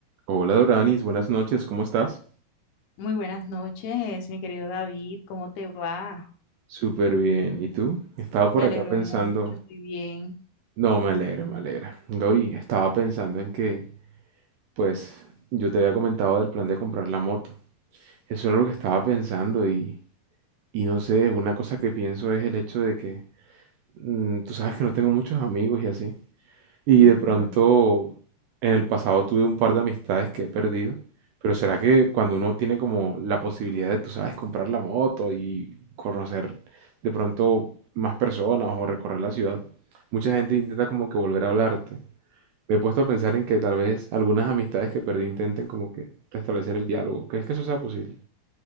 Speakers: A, on the right; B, on the left.
A: Hola Doranis, buenas noches, ¿cómo estás?
B: Muy buenas noches, mi querido David, ¿cómo te va?
A: Súper bien, ¿y tú? Estaba por
B: Me alegro
A: acá pensando,
B: mucho, estoy bien.
A: no, me alegra, me alegra. Dori, estaba pensando en que, pues, yo te había comentado del plan de comprar la moto. Eso era lo que estaba pensando y, y no sé, una cosa que pienso es el hecho de que, mm, tú sabes que no tengo muchos amigos y así. Y
B: Ujú.
A: de pronto, en el pasado tuve un par de amistades que he perdido, pero será que cuando uno tiene como la posibilidad de, tú sabes, comprar la moto y conocer de pronto más personas o recorrer la ciudad, mucha gente intenta como que volver a hablarte. Me he puesto a pensar en que tal vez algunas amistades que perdí intenten como que restablecer el diálogo. ¿Crees que eso sea posible?